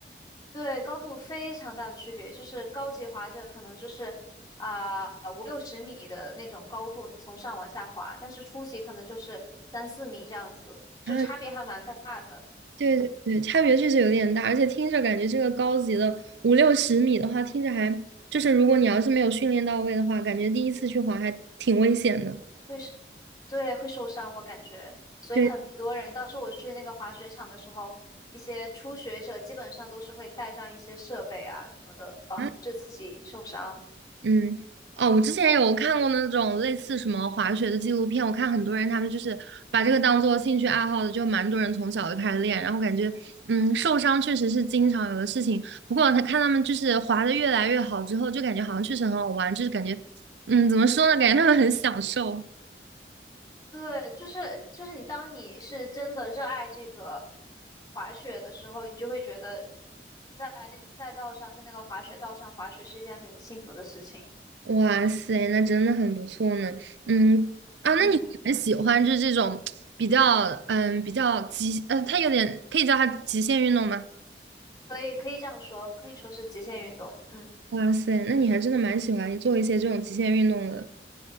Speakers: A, on the left; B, on the right.
A: 对，高度非常大的区别，就是高级滑者可能就是啊五六十米的那种高度，你从上往下滑，但是初级可能就是三四米这样子，就差别还蛮大的。
B: 啊，对对对，
A: 嗯，
B: 差别确实有点大，而且听着感觉这个高级的五六十米的话，听着还就是如果你要是没有训练到位的话，感觉第一次去滑还挺危险的。
A: 会是，对，会受伤，我感觉。所以很多人，
B: 对
A: 当时我去那个滑雪场的时候，一些初学者基本上都是会带上一些设备啊什么的，防止自己受伤。
B: 啊，嗯，哦，我之前有看过那种类似什么滑雪的纪录片，我看很多人他们就是把这个当做兴趣爱好的，就蛮多人从小就开始练，然后感觉，嗯，受伤确实是经常有的事情。不过他看他们就是滑的越来越好之后，就感觉好像确实很好玩，就是感觉，嗯，怎么说呢，感觉他们很享受。
A: 对，就是就是你，当你是真的热爱这个滑雪的时候，你就会觉得在那个赛道上，在那个滑雪道上滑雪是一件很幸福的事情，
B: 哇塞，那真的很不错呢。嗯，啊，那你很喜欢就是这种比较，
A: 嗯
B: 嗯，比较极，呃，他有点可以叫他极限运动吗？
A: 可以可以这样说，可以说是极限运动。嗯，
B: 哇塞，那你还真的蛮喜欢做一些这种极限运动的。